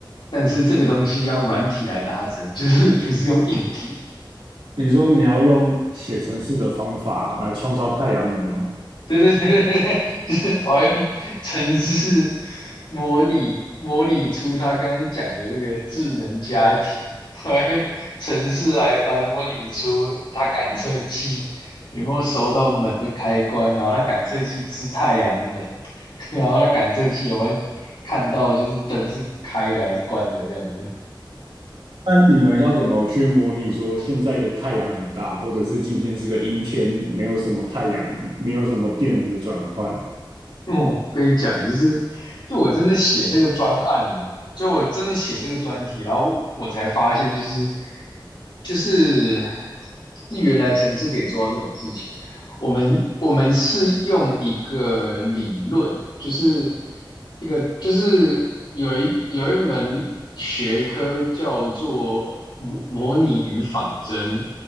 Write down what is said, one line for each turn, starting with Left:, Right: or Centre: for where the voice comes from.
Left: 但是这个东西要用软体来达成，就是不是用硬体。
Right: 你说你要用写程式的方法来创造太阳能吗？
Left: 对对对对对，<laughs> 就是我要用程式模拟模拟出他刚刚讲的这个智能家庭，我要用程式来来模拟出他感测器有没有收到门的开关，然后他感测器吃太阳能，<laughs> 然后他感测器有没有看到就是灯是开的还是关的这样子。
Right: 那你们要怎么去模拟说现在的太阳很大，或者是今天是个阴天，没有什么太阳，没有什么电能的转换？
Left: 哦，我跟你讲，就是就我真的写这个专案，就我真的写这个专题，然后我才发现，就是就是是原来城市可以做到这种事情。我们我们是用一个理论，就是一个就是有一有一门学科叫做模模拟与仿真